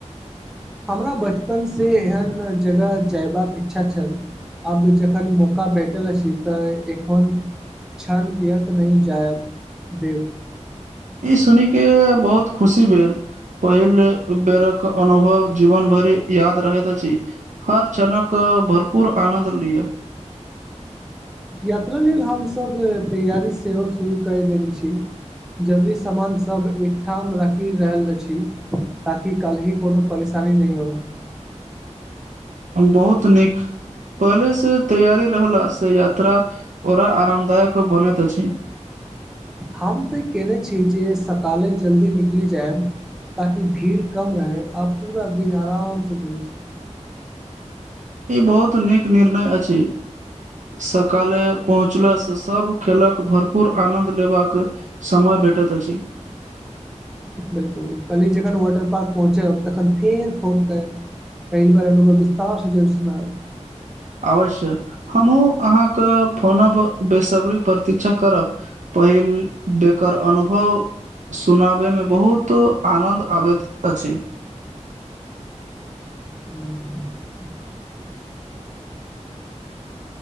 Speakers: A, in the centre; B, on the right.
A: हमरा बचपन सँ एहन जगह जयबाक इच्छा छल अब जखन मौका भेटल अछि तऽ एखन छन व्यर्थ नहि जायब देब
B: ई सुनि के बहुत खुशी भेल पहिल बेरक अनुभव जीवन भरि याद रहैत अछि हर क्षणक भरपूर आनंद लियअ
A: यात्रा लेल हम सब तैयारी सेहो शुरू कर देने छी जरूरी समान सभ एकठाम राखि रहल अछि ताकि कल्ही कोनो परेशानी नहि होइ
B: बहुत नीक पहले से तैयारी रहल से यात्रा ओरा आरामदायक बनैत अछि
A: हम तऽ ई केयने छी जे सकाले जल्दी निकलि जायब ताकि भीड़ कम रह आ पूरा दिन आराम से घूमि सकी
B: ई बहुत नीक निर्णय अछि सकाले पहुंच ला से सभ खेलक भरपूर आनन्द लेबाक समय भेटैत अछि
A: बिलकुल कल्हि जखन वाटर पार्क पहुँचब तखन फेर फोन करि पहिल बेर अनुभव विस्तार सुनाब
B: अवश्य हमहूँ अहाँ के फोन बेसब्री प्रतीक्षा करब पहिल बेकर अनुभव सुनाबै में बहुत आनन्द आबैत अछि
A: <unintelligible>